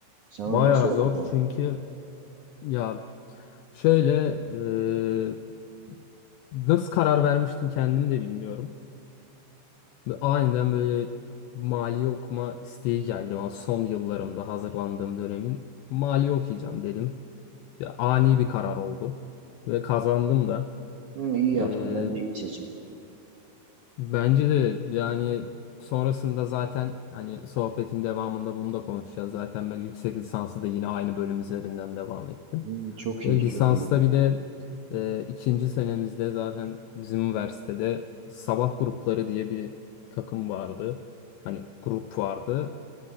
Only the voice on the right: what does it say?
Sen onu
nasıl okudun?
Hmm, iyi yaptın.
Bence iyi seçim.
Hmm, çok
iyi,
çok iyi.